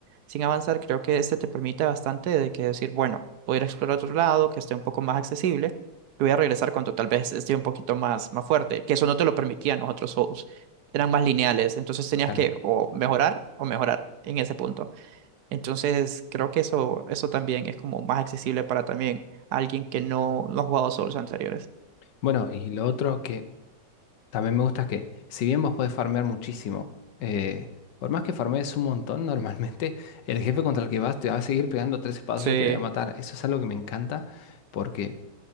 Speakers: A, on the right; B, on the left.
A: sin avanzar, creo que este te permite bastante de que decir, bueno, voy a ir a explorar otro lado que esté un poco más accesible y voy a regresar cuando tal vez esté un poquito más, más fuerte, que eso no te lo permitían los otros Souls, eran más lineales, entonces tenías
B: Claro.
A: que o mejorar o mejorar en ese punto. Entonces creo que eso, eso también es como más accesible para también alguien que no, no ha jugado Souls anteriores.
B: Bueno, y lo otro que también me gusta es que, si bien vos podés farmear muchísimo, eh, por más que farmees un montón, <laughs> normalmente el jefe contra el que vas te va a seguir pegando tres espadas
A: Sí.
B: y te va a matar. Eso es algo que me encanta porque